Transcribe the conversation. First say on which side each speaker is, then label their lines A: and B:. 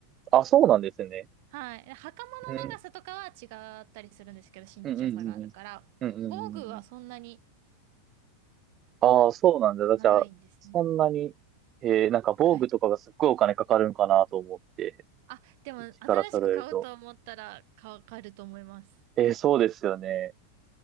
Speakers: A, on the right (about 35°); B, on the right (about 50°).
A: あ、そうなんですね。
B: はい。で袴の長さとかは違ったりするんですけど、
A: うん。
B: 身長差があるから、
A: うんうんうんうん。うんうんうんうん。
B: 防具はそんなに
A: ああ、そうなんだ。
B: 差がないんですね。
A: じゃあ、そんなに、えー、なんか防具とかがすっごいお金かかるんかなと思って、
B: はい。あ、でも新しく買うと思ったら買う、
A: 一から揃えると。
B: 買えると思います。
A: えー、そうですよね。